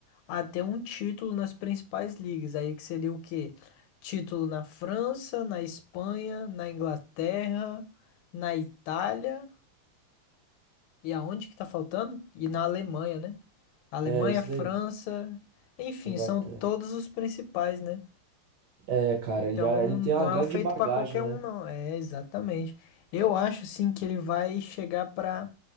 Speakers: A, on the left; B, on the right.
A: a ter um título nas principais ligas. Aí que seria o quê? Título na França, na Espanha, na Inglaterra, na Itália. E aonde que tá faltando? E na Alemanha, né? Alemanha,
B: É, isso
A: França,
B: daí.
A: enfim,
B: Inglaterra.
A: são todos os principais, né?
B: É, cara,
A: Então
B: ele, já- ele
A: não
B: tem uma grande
A: é um feito
B: bagagem,
A: para qualquer um,
B: né?
A: não. É exatamente. Eu acho sim que ele vai chegar para